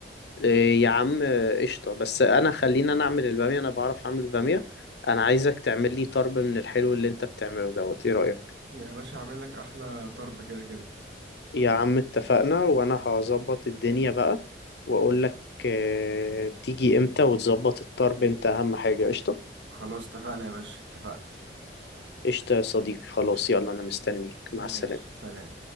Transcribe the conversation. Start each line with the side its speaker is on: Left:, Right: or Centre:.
Left: إيه يا عم قشطة بس أنا خلينا أنا أعمل البامية أنا بعرف أعمل البامية أنا عايزك تعمل لي طرب من الحلو اللي أنت بتعمله دوت إيه رأيك؟
Right: يا باشا هعمل لك احلى طرب كده كده
Left: يا عم اتفقنا وأنا هظبط الدنيا بقى وأقول لك آه، تيجي إمتى وتظبط الطرب أنت أهم حاجة قشطة؟
Right: خلاص اتفقنا يا باشا اتفقنا
Left: قشطة يا صديقي خلاص
Right: قشطة.
Left: يلا أنا مستنيك مع
Right: ماشي
Left: السلامة
Right: سلام